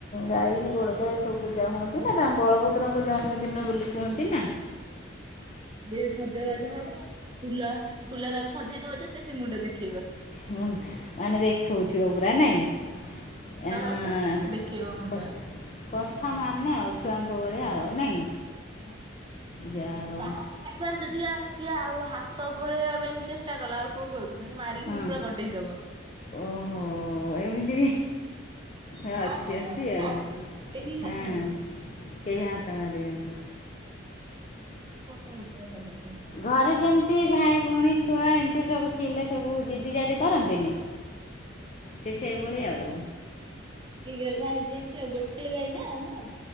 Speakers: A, on the left; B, on the right.
A: ଗାଈ ବଳ ଏ ସବୁ ପୂଜା ହୁଅନ୍ତି ନା ବଳଭଦ୍ରଙ୍କ ଜନ୍ମଦିନ ବୋଲି କୁହନ୍ତି ନା।
B: ଯେ ସଜବାଜ ହବା ଫୁଲ ଫୁଲ ତାକୁ ସଜେଇଦବ ଯେତେ ସେ ମୁଣ୍ଡ ଦେଖେ
A: ମୁଁ ମାନେ ଦେଖଉଥିବ ପୁରା ନାଇଁ?
B: <unintelligible>
A: ଆଁ
B: ଦେଖେଇବ ମୁଣ୍ଡା।
A: କ କଥା ମାନେ ଆଉ ଛୁଆଙ୍କ ଭଳିଆ ଆଉ ନାଇଁ?
B: ହଁ
A: ଯାହା ହଉ
B: ବାହାର ଖାଇବାର ଯଦି ଯା କି ଆଉ ହାତ ପଳେବା ପାଇଁ ଚେଷ୍ଟା କଲା ଆଉ କୋଉ ଗୋରୁ ତାଙ୍କୁ ମାରିକି
A: ହଁ
B: ପୁରା ଗଡେଇ ଦବ।
A: ଓହୋ। ଏମିତି ଅଛି
B: ତା ଖାଇବା
A: ଏନ୍ତି
B: ମାନେ
A: ଆଉ
B: ତା ଖାଇବା କେହି ହାତ
A: ହଁ
B: ମାରିବେନି।
A: କେହି ହାତ ମାରିବେନି।
B: ଭିଡିକି ଫୋଫାଡିଦବ ସମସ୍ତଙ୍କୁ।
A: ଘରେ ଯେମିତି ଭାଇ ଭଉଣୀ ଛୁଆ ଏମିତି ସବୁ ଥିଲେ ସବୁ ଜିଦି ଜାଦି କରନ୍ତିନି।
B: ହୁଁ।
A: ସେ ସେଭଳିଆ ଆଉ।
B: ଟିକେ ଗେଲ୍ହା ହେଇଯାଇଛି ଗୋଟେ ଗାଈ ନା ଆମର